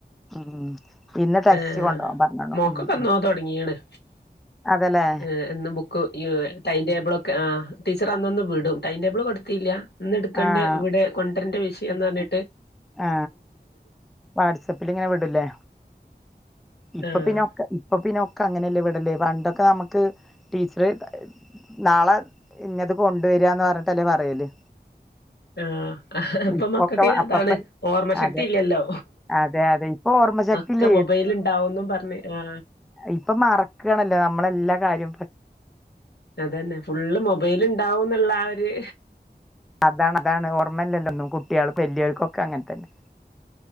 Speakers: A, in the centre; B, on the left.
A: ഉം. ഇന്ന് ടെക്സ്റ്റ്
B: ആഹ്
A: കൊണ്ടോവാൻ പർഞ്ഞ്ണോ
B: മോക്കൊക്കെ
A: ഉം
B: എന്നോ
A: ഉം
B: തൊടങ്ങീണ്
A: അതെല്ലേ.
B: ഏഹ് എന്ന് ബുക്ക് ഈ ടൈം ടേബിൾ ഒക്കെ ആ ടീച്ചർ അന്നന്ന് വിടും. Time table കൊടുത്തീല്ലാ? ഇന്നെടുക്കണ്ട്യ
A: ആഹ്
B: ഇവടെ കൊണ്ടരണ്ട വിഷയം എന്ന് പർഞ്ഞി
A: ആ വാട്സപ്പിൽ ഇങ്ങനെ വിടല്ലേ? ഇപ്പൊ
B: ആഹ്
A: പിന്നൊക്കെ ഇ ഇപ്പൊ പിന്നൊക്കെ അങ്ങനെയല്ലേ വിടല് പണ്ടൊക്കെ നമുക്ക് ടീച്ചർ നാളെ ഇന്നത് കൊണ്ടുവരാന്ന് പർഞ്ഞിട്ടല്ലേ പറയല്.
B: ആ അപ്പൊ
A: ഇപ്പൊക്കെ
B: മക്കക്കിങ്ങനെ
A: അപ്പപ്പ
B: അതാണ് ഓർമ ശക്തി
A: അതെ
B: ഇല്ലല്ലോ
A: അതെ അതെ ഇപ്പൊ ഓർമ്മശക്തി
B: ഒക്കെ
A: ഇല്ലേ
B: മൊബൈൽ ഇണ്ടാവും ന്ന് പർഞ്ഞ് ആ
A: ഇപ്പം മറക്കാണല്ലോ നമ്മളെല്ലാ കാര്യം
B: അതന്നെ ഫുള്ള് മൊബൈൽ ഇണ്ടാവുന്ന്ള്ള ആ ഒര്
A: അതാണ് അതാണ് ഓർമ്മല്ലല്ലൊന്നും കുട്ട്യാൾക്ക് വല്യാൾക്കൊക്കെ അങ്ങൻത്തന്നെ